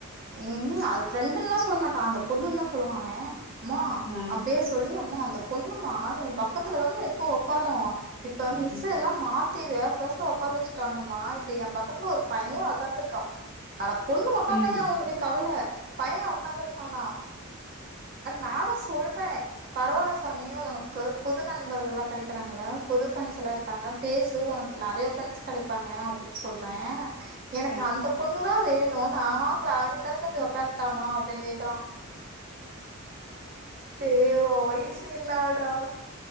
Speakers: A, on the right; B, on the left.
A: ம் அது ஃப்ரண் டெல்லாம் சொல்ல மாட்டா அந்த பொண்ணுன் தா சொல்லுவா அவன் ம்மா
B: ஆ
A: அவ பேர் சொல்லி அம்மா அந்த பொண்ணுமா எம் பக் கத்துல தான மா எப்பவு ஒக்காரு இப்ப
B: ம்
A: மிஸ்சு எல்லா மாத்தி வேற கிளாஸ் உக்கார வச்சுட்டாங்கம்மா இப்ப எம் பக்கத்துல ஒரு பைய உட்காந்துருக்கா ஆனா பொண்ணு உக்காரலையேன்னு
B: ம் ம்
A: அவனுக்கு கவலை பைய உக்காந்துருக்கானா நானு சொல்றே பரவால்ல சாமி உனக்கு புது நண்பர்கள்ல்லா கெடைக்கறாங்கல்ல புது ஃப்ரெண்ட்ஸ் எல்லா இருக்காங்க பேசு உனக்கு நறையா ஃப்ரெண்ட்ஸ் கெடைப்பாங்க அப்படின்னு சொல்றே எனக்கு
B: ஆ
A: அந்த பொண்ணு தா வேணு நான் அவிங்க கிளாஸ்ல போய்
B: ம்
A: உக்காரட்டாமா அப்படின்னு கேக்கறா டேய் உ வயசு என்னடா